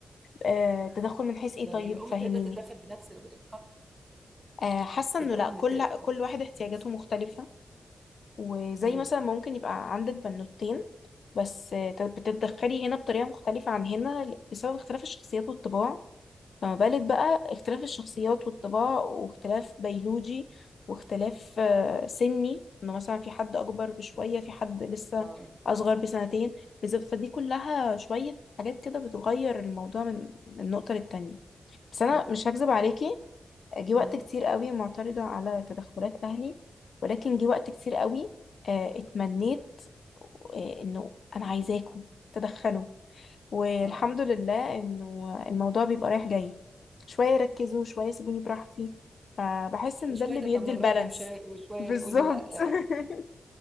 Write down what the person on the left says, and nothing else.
آه، تدخل من حيث ايه
طيب
فهميني
آه، حاسه انه
لا كل
كل
واحد احتياجاته
مختلفه وزي
مثلا ممكن يبقى عندك بنوتين بس آه، بتتدخلي هنا بطريقه مختلفه عن هنا بسبب اختلاف الشخصيات والطباع فما بالك بقى اختلاف الشخصيات والطباع واختلاف بيولوجي واختلاف آه، سني انه مثلا في حد اكبر بشوية في حد لسه
اصغر
بسنتين بز- فدي كلها شوية حاجات كده بتغير الموضوع من من نقطة للتانية بس انا
مش هكذب عليكي جه وقت
كتير قوي معترضة على تدخلات اهلي ولكن جه وقت كتير قوي آه، اتمنيت آه، انه انا عايزاكم تدخلوا والحمد
لله انه الموضوع بيبقى رايح جاي شوية يركزوا شوية يسيبوني براحتي فبحس ان
ده اللي
بيدي البالانس
بالظبط
<laughs>